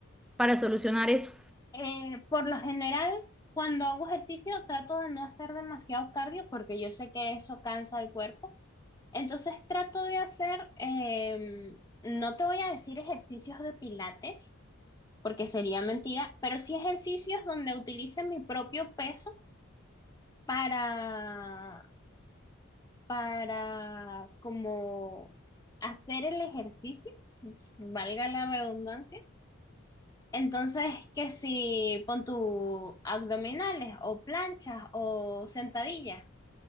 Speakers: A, in the centre; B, on the left.
A: para solucionar eso?
B: Eh, por lo general, cuando hago ejercicio, trato de no hacer demasiado cardio porque yo sé que eso cansa el cuerpo. Entonces, trato de hacer, em, no te voy a decir ejercicios de pilates, porque sería mentira, pero sí ejercicios donde utilice mi propio peso para, para como hacer el ejercicio, valga la redundancia Entonces, que si pon tu abdominales o planchas o sentadillas,